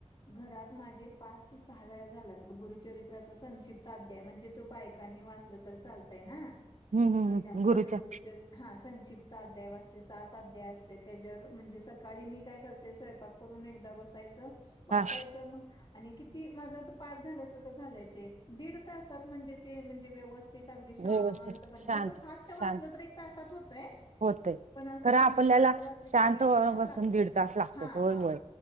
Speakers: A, on the left; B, on the right.
A: घरात माझे पाच ते सहा वेळा झाला असेल, गुरुचरित्राचा संक्षिप्त अध्याय म्हणजे तो बाय कांनी वाचलं तरी चालतंय ना,
B: हम्म हम्म
A: त्याच्यामुळं
B: हम्म. गुरुच्या
A: ते गुरुचरी हां संक्षिप्त अध्याय वाचते, सात अध्याय असते त्याज्यावर म्हणजे सकाळी मी काय करते, स्वयपाक करून एकदा बस सायचं वाचायचं
B: हा
A: म आणि किती माझं आता पाठ झाल्या-सारखं झालंय ते दीड तासात म्हणजे ते म्हणजे व्यव स्तित अगदी शांतपणे
B: व्यवस्थित शांत
A: तसं फास्ट वाचलं
B: शांत
A: तर एक तासात होतय
B: होतय
A: पण असं
B: खरं
A: शांत
B: आपल्याला
A: वाचलं
B: शांत
A: की, दिड
B: व-
A: तास
B: बसून
A: लागतोय
B: दीड तास लागतात
A: हा-
B: होय
A: हा.
B: होय